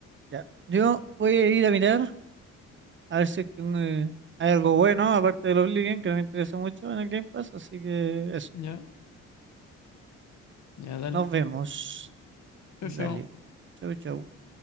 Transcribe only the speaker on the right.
Ya. Yo voy a ir a mirar a ver si es que, eh, hay algo bueno, aparte del Oblivion, que no me interesa mucho en el Game Pass. Así que eso,
nos vemos. Dale.
Chau, chau.